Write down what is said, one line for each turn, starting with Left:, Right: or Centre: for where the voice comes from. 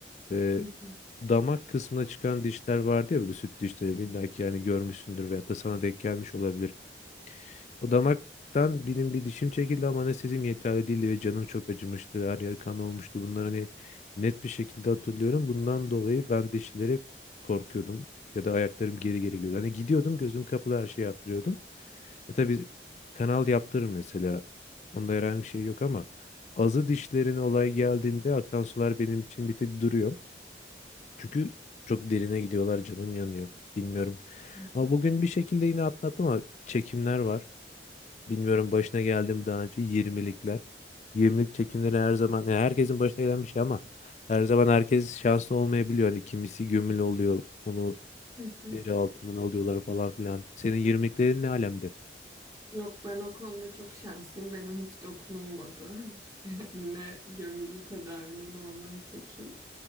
Left: Ve
Right: hı hı,
Left: damak kısmına çıkan dişler vardı ya böyle süt dişleri. İlla ki yani görmüşsündür veyahut da sana denk gelmiş olabilir. O damaktan benim bir dişim çekildi ama anestezim yeterli değildi ve canım çok acımıştı. Her yer kan olmuştu. Bunları hani net bir şekilde hatırlıyorum. Bundan dolayı ben dişlere korkuyordum. Ya da ayaklarım geri geri gidiyordu. Hani gidiyordum gözüm kapalı her şeyi yaptırıyordum. E tabii kanal yaptırır mesela. Onda herhangi bir şey yok ama azı dişlerin olay geldiğinde akan sular benim için bir tek duruyor. Çünkü çok derine gidiyorlar canım yanıyor. Bilmiyorum.
Right: hı
Left: Ama
Right: hı,
Left: bugün bir şekilde yine atlattım ama çekimler var. Bilmiyorum başına geldim daha önce 20'likler. 20'lik çekimleri her zaman ya herkesin başına gelen bir şey ama her zaman herkes şanslı olmayabiliyor. Hani kimisi gömül oluyor. Onu
Right: hı hı.
Left: deri altından alıyorlar falan filan. Senin 20'liklerin ne alemde?
Right: Yok ben o konuda çok şanslıyım. Benim hiç dokunulmadı. <laughs> Yani ne gömülü tedavi ne normal çekim.